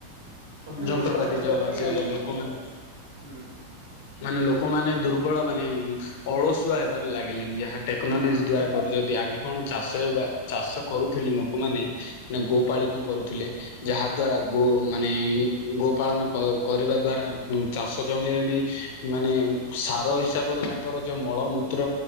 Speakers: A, on the right; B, on the left.
A: ତଥାପି
B: ଯନ୍ତ୍ରପାତି
A: ଲୋକମାନେ ତା
B: ଯୋଉ
A: ପ୍ରତି,
B: ଆସିଲାଣି ଲୋକମାନେ
A: ହୁଁ।
B: ମାନେ ଲୋକମାନେ ଦୁର୍ବଳ ମାନେ ଅଳସୁଆ ହେବାରେ ଲାଗିଲେନି ଯାହା ଟେକ୍ନୋଲୋଜି
A: ହଁ
B: ଦ୍ଵାରା କରୁଛନ୍ତି ଆଗେରେ କଣ ଚାଷ ହେବା ଚାଷ କରୁଥିଲି ଲୋକମାନେ ନା
A: ହୁଁ
B: ଗୋପାଳିନ କରୁଥିଲେ। ଯାହାଦ୍ଵାରା ଗୋ ମାନେ ଗୋପାଳନ କ କରିବା ଦ୍ଵାରା ଚାଷ ଜମିରେବି ମାନେ ସାର ହିସାବରେ ତାଙ୍କର ଯୋଉ ମଳମୂତ୍ର